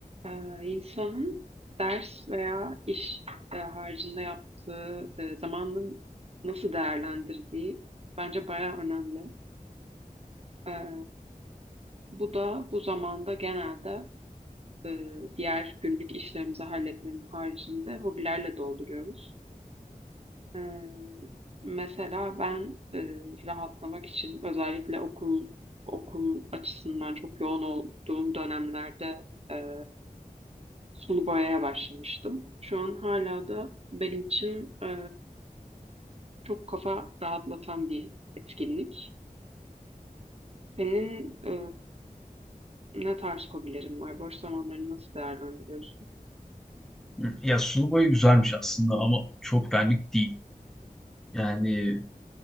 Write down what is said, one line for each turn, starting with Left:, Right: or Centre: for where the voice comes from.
Right: Ee, insanın ders veya iş e, haricinde yaptığı e, zamanını nasıl değerlendirdiği bence bayağı önemli. Ee, bu da bu zamanda genelde e, diğer günlük işlerimizi halletmenin haricinde hobilerle dolduruyoruz. Ee, mesela ben e, rahatlamak için özellikle okul okul açısından çok yoğun olduğum dönemlerde e, sulu boyaya başlamıştım. Şu an hala da benim için e, çok kafa rahatlatan bir etkinlik. Senin e, ne tarz hobilerin var? Boş zamanlarını nasıl değerlendiriyorsun?
Centre: Hı. Ya sulu boya güzelmiş aslında ama çok benlik değil. Yani